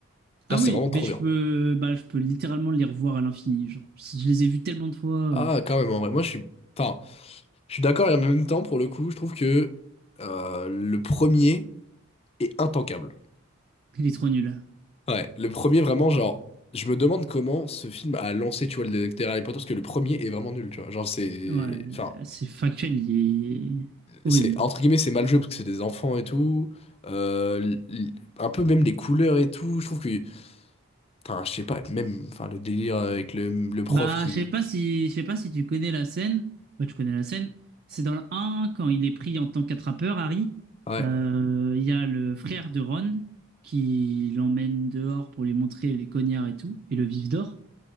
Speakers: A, on the left; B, on the right.
A: Genre
B: Ah
A: c'est
B: oui,
A: vraiment trop
B: mais je
A: bien.
B: peux, bah, je peux littéralement les revoir à l'infini. Genre, je les ai vus tellement de fois.
A: Ah
B: euh,
A: quand même en vrai, moi je suis enfin, je suis d'accord et en même temps pour le coup, je trouve que euh, le premier est intankable.
B: Il est trop nul.
A: Ouais, le premier vraiment, genre, je me demande comment ce film a lancé, tu vois, le détective Harry Potter, parce que le premier est vraiment nul, tu vois. Genre, c'est.
B: Ouais,
A: Enfin,
B: c'est factuel, il est horrible.
A: c'est. Entre guillemets, c'est mal joué parce que c'est des enfants et tout. Euh, l- l- un peu même les couleurs et tout. Je trouve que. Enfin, je sais pas, même. Enfin, le délire avec le, le prof
B: Bah,
A: qui.
B: je sais pas si, je sais pas si tu connais la scène. Bah, tu connais la scène. C'est dans le 1, quand il est pris en tant qu'attrapeur, Harry.
A: Ouais.
B: Euh, Il y a le frère de Ron qui l'emmène dehors pour lui montrer les cognards et tout, et le vif d'or.